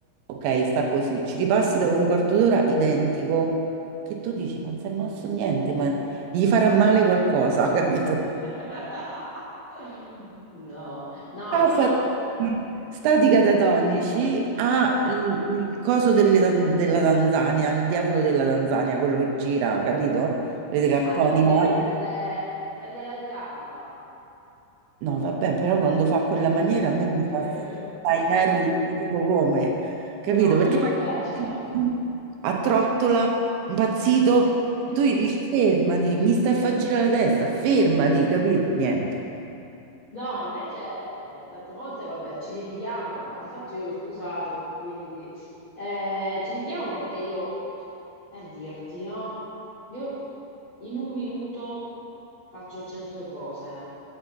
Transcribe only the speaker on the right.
ok, sta così, ci ripassi dopo un quarto d'ora identico che tu dici, ma non si è mosso niente, ma gli farà male qualcosa,
<laughs> capito?
Casa
Stati catatonici ha il, il coso delle- della Tanzania, il diavolo della Tanzania, quello che gira, capito? Vedete cartoni
animati.
No, vabbè, però quando fa quella maniera
a me mi fa, fa i nervi, ti dico come, capito?
Perché
poi
a trottola, impazzito,
tu gli dici fermati, mi stai a far girare la testa, fermati, capito? Niente.